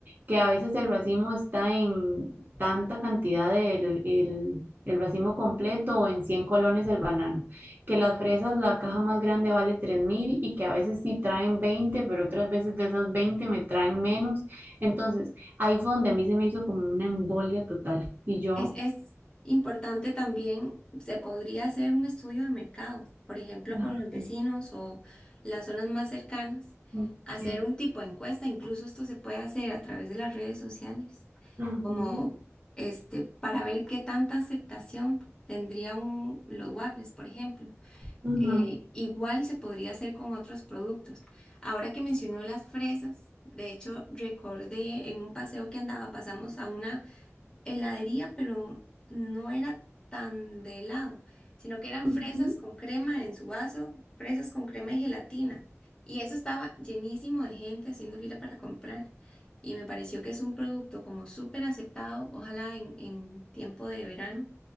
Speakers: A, on the right; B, on the left.
A: que a veces el racimo está en tanta cantidad del el, el racimo completo o en 100 colones el banano que las fresas, la caja más grande vale 3.000 y que a veces sí traen 20 pero otras veces de esas 20 me traen menos. Entonces, ahí fue donde a mí se me hizo como una embolia total. Y yo,
B: Es, es importante también, se podría hacer un estudio de mercado, por ejemplo,
A: Ah,
B: con los vecinos o las zonas más cercanas,
A: ok.
B: hacer un tipo de encuesta, incluso esto se puede hacer a través de las redes sociales,
A: Ujú,
B: como este, para ver qué tanta aceptación tendría un, los waffles, por ejemplo.
A: ujú.
B: Eh, igual se podría hacer con otros productos. Ahora que mencionó las fresas, de hecho, recordé en un paseo que andaba, pasamos a una heladería, pero no era tan de helado, sino que eran
A: ujú.
B: fresas con crema en su vaso, fresas con crema y gelatina. Y eso estaba llenísimo de gente haciendo fila para comprar. Y me pareció que es un producto como súper aceptado, ojalá en, en tiempo de verano,